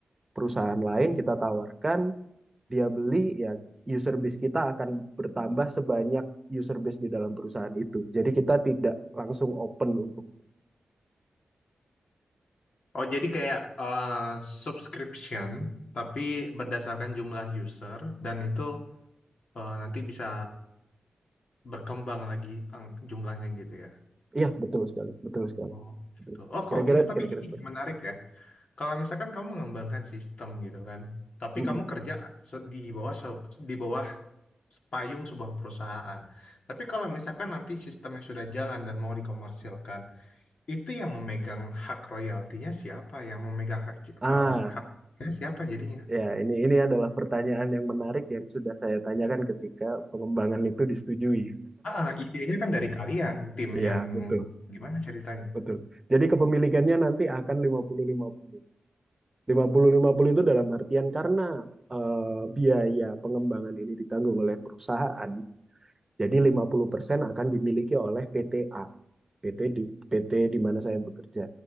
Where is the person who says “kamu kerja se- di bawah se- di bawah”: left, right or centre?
Left